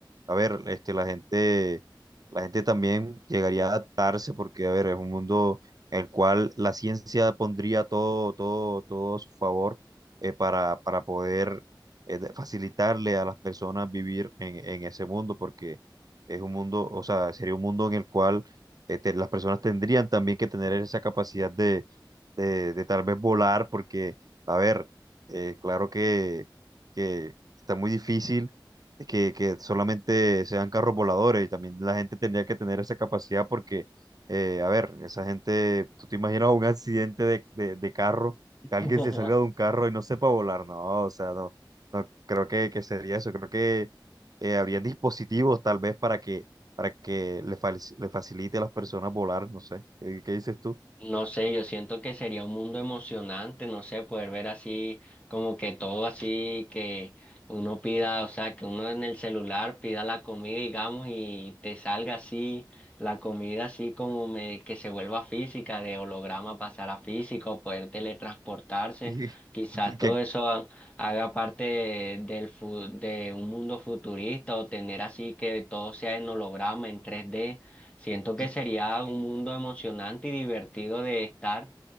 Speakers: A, on the right; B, on the left.
A: a ver, este, la gente, la gente también llegaría a adaptarse porque, a ver, es un mundo en el cual la ciencia pondría todo, todo, todo a su favor eh, para, para poder eh, de- facilitarle a las personas vivir en, en ese mundo porque es un mundo, o sea, sería un mundo en el cual este, las personas tendrían también que tener esa capacidad de, de, de tal vez volar porque, a ver, eh, claro que que está muy difícil que, que solamente sean carros voladores y también la gente tendría que tener esa capacidad porque, eh, a ver, esa gente, tú te imaginas un accidente de, de, de carro,
B: <laughs>
A: que alguien se salga de un carro y no sepa volar, no, o sea, no, no creo que, que sería eso, creo que eh, habrían dispositivos tal vez para que, para que le, fal- le facilite a las personas volar, no sé, ¿qué, qué dices tú?
B: No sé, yo siento que sería un mundo emocionante, no sé, poder ver así, como que todo así, que uno pida, o sea, que uno en el celular pida la comida, digamos, y te salga así, la comida así como me, que se vuelva física, de holograma pasar a físico, poder teletransportarse,
A: <laughs> Y,
B: quizás todo
A: ¿Qué-
B: eso ha- haga parte de- del, fu- de un mundo futurista o tener así que todo sea en holograma, en 3D Siento que
A: qué-
B: sería un mundo emocionante y divertido de estar.